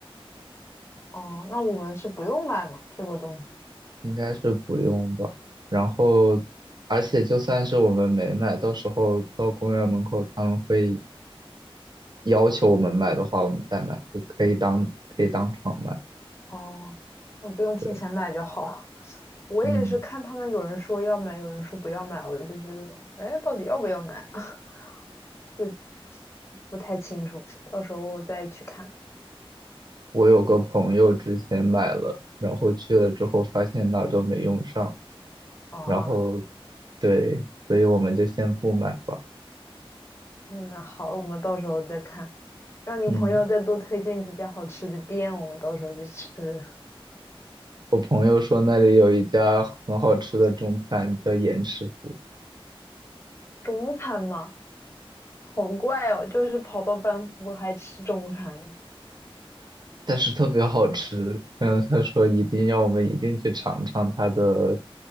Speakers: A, on the left (about 25°); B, on the right (about 45°).
A: 哦，那我们是不用买吗？这个东西。
B: 应该是不用吧。然后，而且就算是我们没买，到时候到公园门口他们会要求我们买的话，我们再买，就可以当可以当场买。
A: 哦，那不用提前买就好。
B: 对，
A: <laughs> 我也是看他们有人说要买，
B: 嗯，
A: 有人说不要买，我就觉得，哎，到底要不要买？<laughs> 就不太清楚，到时候我再去看。
B: 我有个朋友之前买了，然后去了之后发现哪儿都没用上。
A: 啊。
B: 然后对，所以我们就先不买吧。
A: 嗯，那好，我们到时候再看。让你朋友再多推荐几家好吃的店，
B: 嗯，
A: 我们到时候去吃
B: 我朋友说那里有一家很好吃的中餐叫严师傅，
A: 中餐嘛。好怪哦，就是跑到班夫还吃中餐。
B: 但是特别好吃。嗯，他说一定要我们一定去尝尝他的